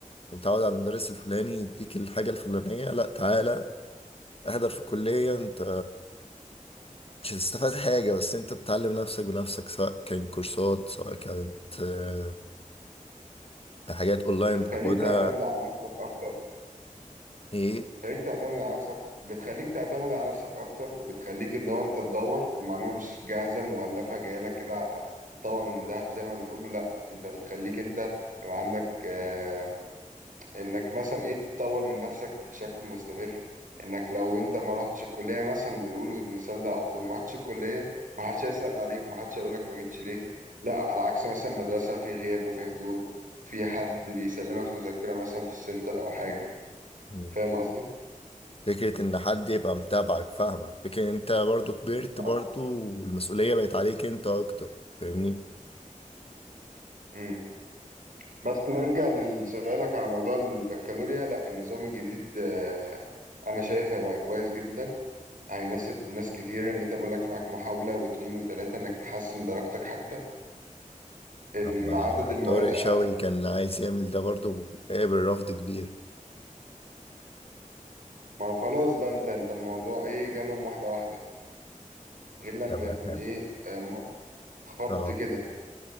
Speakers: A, on the left (about 45°); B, on the right (about 75°).
A: أنت متعود على المدرس الفلاني يديك الحاجة الفلانية لأ تعالى احضر في الكلية أنت مش هتستفاد حاجة بس انت بتعلم نفسك بنفسك سواء كان كورسات سواء كانت آه، حاجات اونلاين
B: بتخليك
A: بتاخدها
B: تعتمد على نفسك اكتر
A: ايه
B: بتخليك تعتمد على نفسك بتخليك تعتمد على نفسك اكتر وبتخليك اللي هو انت تدور المعلومه مش جاهزه مغلفه جايه لك كده على طبق من دهب زي ما بنقوله لا انت بتخليك انت يبقى عندك آه انك مثلا ايه تطور من نفسك بشكل مستمر انك لو انت ما رحتش الكليه مثلا بنقول المثال ده على طول ما رحتش الكليه ما حدش هيسال عليك ما حدش هيقول لك ما جيتش ليه لا على عكس مثلا مدرسه في غياب وفي حضور في حد بيسلمك مذكره مثلا في السنتر او حاجه
A: يعني
B: فاهم قصدي؟
A: فكرة ان حد يبقى متابعك فاهمك فكرة ان انت برضو كبرت
B: اه
A: برضو والمسؤولية بقت عليك انت اكتر فاهمني
B: امم بس نرجع لسؤالك على موضوع البكالوريا لا النظام الجديد آه، انا شايف هيبقى كويس جدا هيناسب ناس كتير ان انت بقول لك معاك محاولة واتنين وتلاتة انك تحسن درجتك حتى ان
A: طب
B: عدد المواد
A: طارق
B: اقل
A: شوقي كان عايز يعمل ده برضو قابل رفض كبير
B: ما هو خلاص بقى انت انت الموضوع ايه جالهم واحدة واحدة غير لما
A: طب
B: يكون ايه آه، م- خبط
A: اه
B: كده